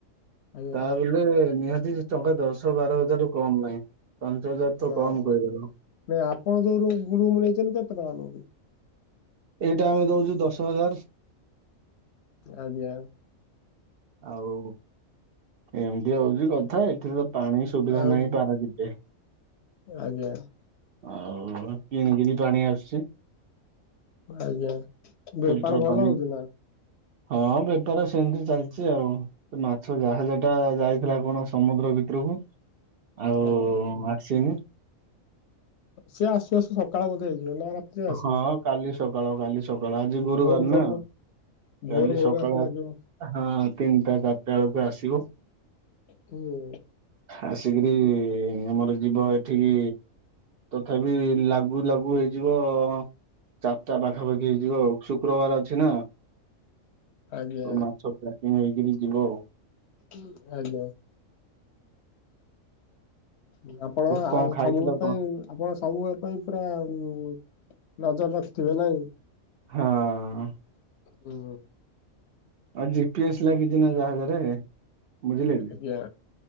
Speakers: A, on the left; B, on the right.
A: ଆଜ୍ଞା
B: ତା ହେଲେ ନିହାତି ଟଙ୍କା ଦଶ ବାର ହଜାରୁ କମ ନାହିଁ ପାଞ୍ଚ ହଜାର
A: ହଁ।
B: ତ କମ କହିଦଲ।
A: ନାଇଁ ଆପଣ ଯୋଉ ରୁମ ଗ୍ରୁମ୍ ନେଇଛନ୍ତି କେତେ ଟଙ୍କା ନଉଛି?
B: ଏଇଟା ଆମେ ଦଉଛୁ ଦଶ ହଜାର।
A: ଆଜ୍ଞା।
B: ଆଉ କେମିତି ହଉଛି କ ଥା ଏଠାରେ ତ ପାଣି ସୁବିଧା
A: ଆଉ
B: ନାହିଁ ପାରାଦୀପ ରେ।
A: ଆଜ୍ଞା।
B: ଆଉ କିଣିକିରି ପାଣି ଆସୁଛି।
A: ଆଜ୍ଞା
B: ଫିଲ୍ଟର
A: ବେପାର ଭଲ
B: ପାଣି
A: ହଉଛି ନା।
B: ହଁ ବେପାର ସେମିତି ଚାଲ ଚି ଆଉ। ସେ ମାଛ ଯାହାଜାଟା ଯାଇଥିଲା କଣ ସମୁଦ୍ର ଭିତରକୁ ଆଉ
A: ଆଜ୍ଞା।
B: ମାକ୍ସିନି।
A: ସିଏ ଆସୁ ଆସୁ ସକାଳ ବଧେ ହେଇଯିବ ନା ରାତିରେ ଆସିବ
B: ହଁ କାଲି ସକାଳ କାଲି ସ କାଳ ଆଜି ଗୁରୁବାର
A: ଭୋରୁ ଭୋରୁ
B: ନା
A: ଭୋରୁ
B: କାଲି
A: ଭୋରୁ
B: ସକାଳ
A: ଆସି ଲାଗିବ।
B: ହଁ ତିନିଟା ଚାରଟା ବେଳକୁ ଆସିବ।
A: ହୁଁ।
B: ଆସିକିରି ଆମର ଯିବ ଏଠିକି ତ ବି ଲାଗୁ ଲାଗୁ ହେଇ ଯିବ ଚାରିଟା ପାଖାପାଖି ହେଇଯିବ ଆଉ ଶୁକ୍ରବାର ଅଛି ନା।
A: ଆଜ୍ଞା
B: ସବୁ ମାଛ ପ୍ୟାକିଙ୍ଗ୍ ହେଇକରି ଯିବ ଆଉ।
A: ଉଁ ଆଜ୍ଞା। ଉ ଆପଣ
B: କଣ
A: ଆଉ
B: ଖାଇଥିଲ
A: ସବୁ
B: କଣ?
A: ପାଇ ଆପଣ ସବୁ ବେଳ ପାଇଁ ପୁରା ଉମ ନଜର ରଖିଥିବେ ନାଇଁ?
B: ହଁ।
A: ହୁଁ।
B: ଆଉ ଜି ପି ଏସ୍ ଲାଗିଚି ନା ଜାହାଜରେ ବୁଝିଲେ କି?
A: ଆଜ୍ଞା